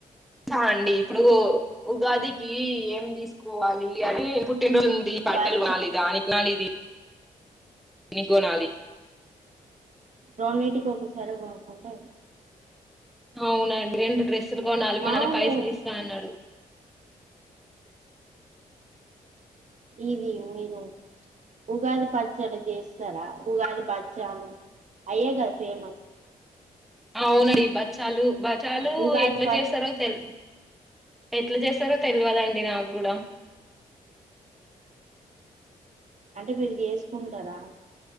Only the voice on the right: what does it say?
బాద్షా
రొండిటికి ఒకసారె కొనుక్కుంటె అయిపోయ
అవును
ఇది మీరు ఉగాది పచ్చడి చేస్తారా ఉగాది బచ్చలు అయ్యే కదా ఫేమస్
ఉగాది
బ
అంటే మీరు చేసుకుంటారా అని